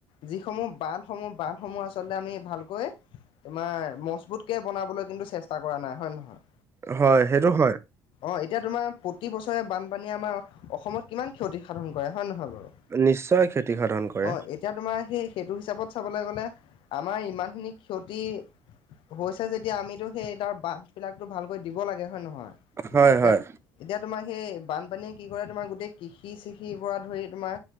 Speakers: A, on the left (about 65°); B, on the right (about 30°).
A: যিসমূহ বান্ধসমূহ-বান্ধসমূহ আচলতে আমি ভালকৈ তোমাৰ মজবুতকে বনাবলৈ কিন্তু চেষ্টা কৰা নাই। হয় নে নহয়?
B: হয়, সেইটো হয়।
A: অঁ! এতিয়া তোমাৰ প্ৰতি বছৰে বানপানীয়ে আমাৰ অসমত কিমান ক্ষতি সাধন কৰে হয় নহয় বাৰু।
B: নিশ্চয় ক্ষতি সাধন কৰে।
A: অ এতিয়া তোমাৰ সেই সেইটো হিচাপত চাবলৈ গ'লে আমাৰ ইমানখিনি ক্ষতি হৈছে যেতিয়া আমিতো সেই তাৰ বান্ধবিলাকটো ভালকৈ দিব লাগে হয় নহয়।
B: হয়
A: এতিয়া
B: হয়
A: এতিয়া তোমাৰ সেই বানপানীয়ে কি কৰে তোমাৰ গোটেই কৃষি-কৃষিৰ পৰা ধৰি তোমাৰ